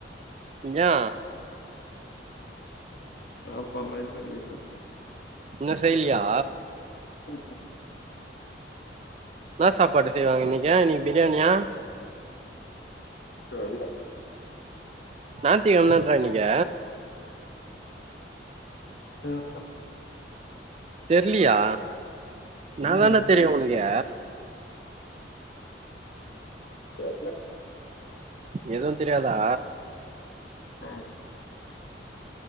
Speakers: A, on the right (about 35°); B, on the left (about 65°).
A: யா
B: ஆ பண்ண இருக்கார் வீட்ல
A: இனோ செய்லியா
B: ம்ஹும்
A: என்னா சாப்பாடு செய்வாங்க இன்னிக்கி இன்னிக்கி பிரியாணியா
B: தெர்ல
A: ஞாயித்திக்கெழ்ம தான்ரா இன்னிக்கி
B: தெர்ல
A: தெர்லியா னா
B: ம்
A: தான்டா தெரியு உனுக்கு
B: தெர்ல
A: எதுவு தெர்யாதா
B: ம்